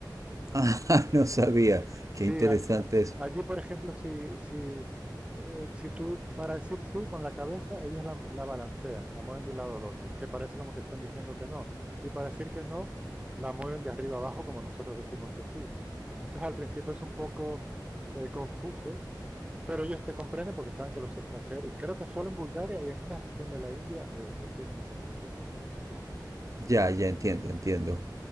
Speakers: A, on the right; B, on the right.
A: Ah, <laughs> no sabía.
B: Sí,
A: Qué interesante
B: a- a-
A: es.
B: allí, por ejemplo, si, si, eh, si tú para decir sí con la cabeza, ellos la, la balancean, la mueven de un lado al otro, que parece como que estén diciendo que no. Y para decir que no, la mueven de arriba abajo como nosotros decimos que sí. Entonces al principio es un poco eh, confuso pero ellos te comprenden porque saben que los extranjeros, creo que solo en Bulgaria y en una región de la India eh, eh, tienen esa costumbre.
A: Ya, ya entiendo, entiendo.